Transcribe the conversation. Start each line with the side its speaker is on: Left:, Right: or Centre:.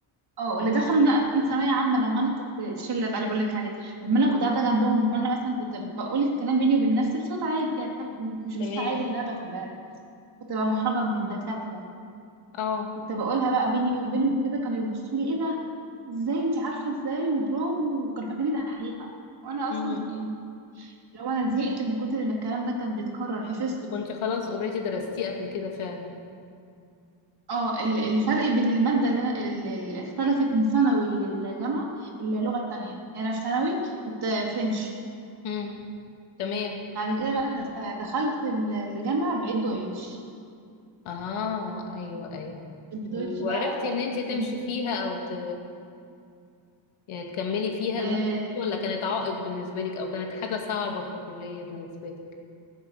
Right: اه واللي دخلوا بقى من ثانوية عامة لما أنا كنت الشلة بقى اللي بقول لك عليها لما أنا
Left: اه
Right: كنت قاعدة جنبهم وأنا مثلا كنت بقول الكلام بيني وبين نفسي بصوت عالي يعني مش بصوت
Left: تمام
Right: عالي اللي أنا بف- ب- كنت بقى محرجة من الدكاترة
Left: اه
Right: كنت بقولها بقى بيني وبينهم كده كانوا يبصوا لي ايه ده ازاي انت عارفه ازاي وبرافو وكان فاكرني دحيحه وانا اصلا
Left: امم
Right: يعني لو انا زهقت من كتر ان الكلام ده كان بيتكرر حفظته
Left: كنت خلاص اوريدي درستيه قبل كده فعلا
Right: اه ال- الفرق بين الماده اللي, أنا- اللي اللي اختلفت من ثانوي للجامعه اللغه التانية يعني انا في ثانوي كنت فرنش
Left: امم تمام
Right: بعد كده بقى أنا دخلت ال- الجامعه بقيت دويتش
Left: اه ايوه ايوه
Right: الدويتش
Left: وعرفتي
Right: بقى
Left: ان انت تمشي
Right: جميل
Left: فيها او ت... يعني تكملي فيها
Right: آه
Left: المادة دي ولا كانت عائق بالنسبة لك او كانت حاجة صعبة في الكلية بالنسبة لك